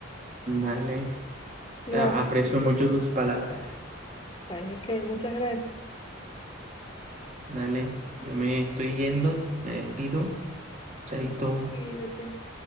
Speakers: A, on the right; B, on the left.
A: Dale.
B: Gracias.
A: Te aprecio mucho tus palabras.
B: Ay, de qué, muchas gracias.
A: Dale, yo me estoy yendo, me despido. Chaito.
B: Cuídate.